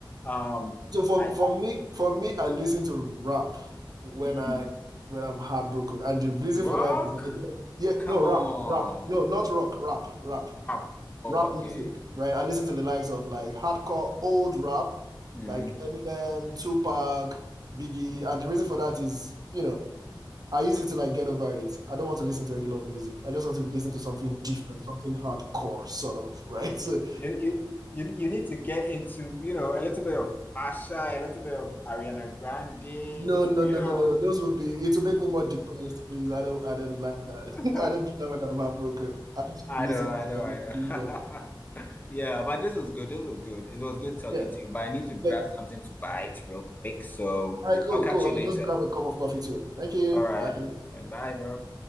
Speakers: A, on the left (about 20°); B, on the right (about 50°).
A: um
B: So for
A: I
B: for me for me, I listen to rap when
A: mm,
B: I when I'm heartbroken, and the reason
A: rock,
B: for that is I don't, yeah
A: come
B: no rap
A: on,
B: rap no not rock rap rap.
A: rap. Oh,
B: rap
A: okay.
B: music, right? I listen to the likes of like hardcore old rap,
A: Mm-hmm.
B: like Eminem, Tupac, Biggie, and the reason for that is, you know, I use it to like get over it. I don't want to listen to any love music. I just want to listen to something different, something hardcore, sort of, right? <laughs> So,
A: You, you, you, you need to get into, you know, a little bit of Asha, a little bit of Ariana Grande, you
B: no, no, no,
A: know.
B: no, no. no. Those will be. It will make me more depressed, please. I don't, I don't like that.
A: <laughs>
B: <laughs> I don't do that when I'm heartbroken. I just want
A: I
B: to listen
A: know, I
B: to
A: know,
B: something
A: I know.
B: different.
A: <laughs> Yeah, but this was good. This was good. It was good talking
B: Yeah.
A: to you, but I need to grab
B: Yeah.
A: something to bite real quick. So
B: All right, cool,
A: I'll catch
B: cool.
A: you
B: I'll
A: later.
B: just grab a cup of coffee too. Thank you.
A: All right.
B: Bye.
A: All right, Bye, bro.